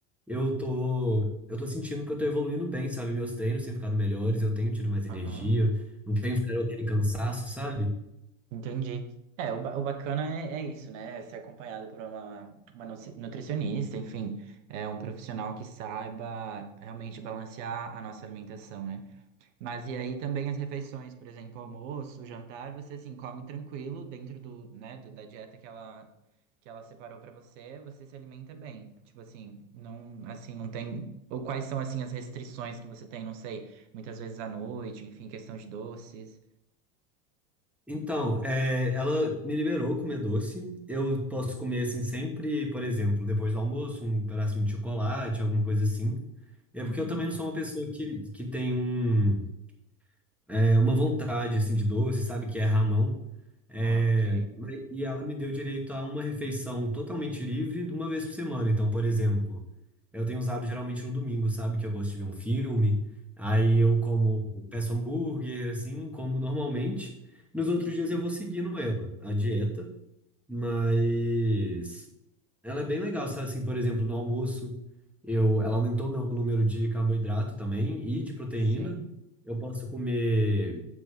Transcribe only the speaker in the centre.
eu tô, eu tô sentindo que eu tô evoluindo bem, sabe? Meus treinos têm ficado melhores, eu tenho tido mais energia,
não tenho ficado aquele cansaço, sabe?
Então, é, ela me liberou comer doce. Eu posso comer assim sempre, por exemplo, depois do almoço, um pedacinho de chocolate, alguma coisa assim. É
porque eu também não sou uma pessoa que, que tem um é, uma vontade assim de doce, sabe, que é ramão. É,
mas- e ela me deu direito a uma refeição totalmente livre de uma vez por semana. Então, por exemplo, eu tenho usado geralmente no domingo, sabe, que eu gosto de ver um filme. Aí eu como, peço hambúrguer, assim, como normalmente. Nos outros
dias eu vou seguindo ela, a dieta, mas ela é bem legal, sabe? Assim, por exemplo, no almoço, eu, ela aumentou meu número de carboidrato também e de proteína.
Eu posso comer